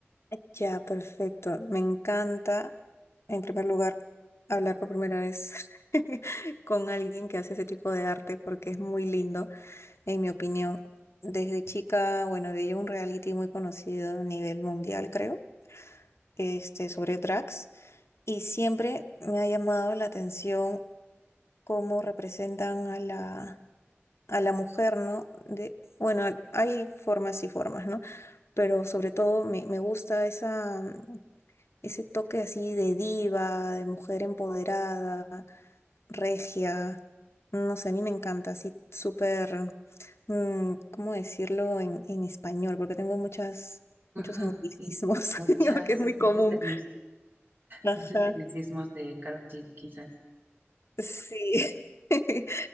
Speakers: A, on the left; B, on the right.
A: Ya, perfecto. Me encanta, en primer lugar, hablar por primera vez <laughs> con alguien que hace ese tipo de arte porque es muy lindo, en mi opinión. Desde chica, bueno, veía un reality muy conocido a nivel mundial, creo, este, sobre drags, y siempre me ha llamado la atención cómo representan a la, a la mujer, ¿no? De, bueno, hay formas y formas, ¿no? Pero sobre todo me, me gusta esa ese toque así de diva, de mujer empoderada, regia. No sé, a mí me encanta, así súper, mm, ¿cómo decirlo en, en español? Porque tengo muchas, muchos
B: Ajá,
A: anglicismos,
B: sí, muchas,
A: <laughs> que es muy
B: muchos
A: común.
B: tecnic,
A: Ajá.
B: muchos tecnicismos de Karol G, quizás,
A: Sí. <laughs>